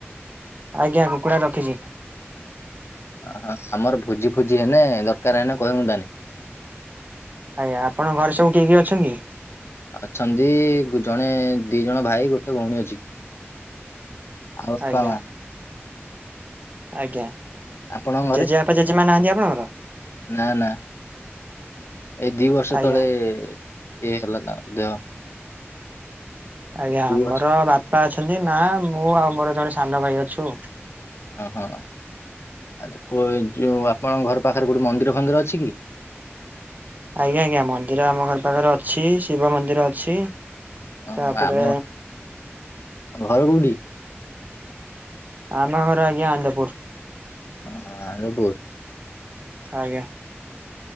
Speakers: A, on the right; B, on the left.
A: ଆଜ୍ଞା, କୁକୁଡ଼ା ରଖିଛି।
B: ଆଁ ଆମର ଭୋଜି ଫୋଜି ହେନେ, ଦରକାର ହେନେ କହିବୁ ତାହାନେ।
A: ଆଜ୍ଞା, ଆପଣ ଘରେ ସବୁ କିଏ କିଏ ଅଛନ୍ତି?
B: ଅଛନ୍ତି ଜଣେ ଦି ଜଣ ଭାଇ ଗୋଟେ ଭଉଣୀ ଅଛି। ଆଉ ବାପା
A: ଆଜ୍ଞା
B: ମା।
A: ଆଜ୍ଞା,
B: ଆପଣଙ୍କ ଘରେ
A: ଜେଜେବାପା ଜେଜେମା ନାହାନ୍ତି ଆପଣଙ୍କର?
B: ନା ନା ଏଇ ଦି ବର୍ଷ
A: ଆଜ୍ଞା
B: ତଳେ ଇଏ ହେଲା ତାଙ୍କର ଦେହ।
A: ଆଜ୍ଞା
B: ଦି
A: ଆମର
B: ବର୍ଷ
A: ବାପା ଅଛନ୍ତି, ମା, ମୁଁ ଆଉ ମୋର ଜଣେ ସାନ ଭାଇ ଅଛୁ।
B: ହଁ ହଁ ଆ ଯେଉ ଆପଣଙ୍କ ଘର ପାଖରେ କୋଉଠି ମନ୍ଦିର ଫନ୍ଦିର ଅଛି କି?
A: ଆଜ୍ଞା ଆଜ୍ଞା ମନ୍ଦିର ଆମ ଘର ପାଖରେ ଅଛି। ଶିବ ମନ୍ଦିର ଅଛି।
B: ହଁ
A: ତାପରେ
B: ଆମ, ଘର କୋଉଠି?
A: ଆମ ଘର ଆଜ୍ଞା ଆନ୍ଦପୁର।
B: ହଁ, ଆନ୍ଦପୂର୍।
A: ଆଜ୍ଞା।